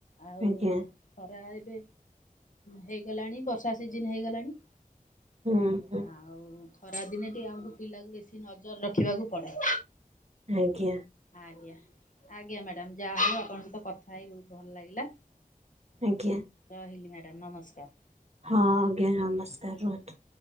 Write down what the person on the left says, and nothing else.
ଆଉ
ଖରା ଏବେ ହେଇଗଲାଣି ବର୍ଷା ସିଜିନ୍ ହେଇଗଲାଣି।
ଆଉ ଖରାଦିନେ ଟିକେ ଆମକୁ ପିଲାକୁ ବେଶୀ ନଜର ରଖିବାକୁ ପଡ଼େ।
ଆଜ୍ଞା ଆଜ୍ଞା ମ୍ୟାଡ଼ାାମ ଯାହା ହୋଉ ଆପଣଙ୍କ ସହିତ କଥା ହେଇ ବୋହୁତ ଭଲ ଲାଗିଲା।
ରହିଲି ମ୍ୟାଡ଼ାାମ ନମସ୍କାର।